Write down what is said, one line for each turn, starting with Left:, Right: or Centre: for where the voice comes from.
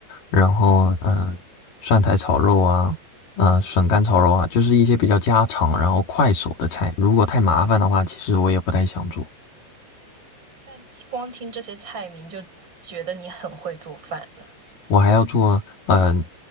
Left: 然后嗯、
Right: 嗯。
Left: 呃蒜苔炒肉啊，嗯，笋干炒肉啊，就是一些比较家常，然后快手的菜。如果太麻烦的话，其实我也不太想做。
Right: 但光听这些菜名就觉得你很会做饭了。
Left: 我还要做，嗯、呃